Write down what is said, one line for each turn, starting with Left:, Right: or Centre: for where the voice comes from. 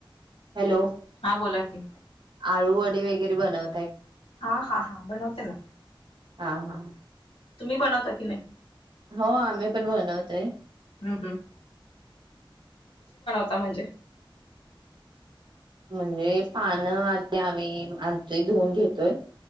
Right: हॅलो
Left: हा बोला की
Right: आळूवडी वगैरे बनवत --
Left: हा हा हा बनवत -- ना.
Right: हा हा.
Left: तुम्ही बनवता की नाही?
Right: हो. आम्ही पण बनवतोय.
Left: हम्म हम्म ता म्हणजे?
Right: म्हणजे पानं आधी आम्ही आणतोय धुऊन घेतोय.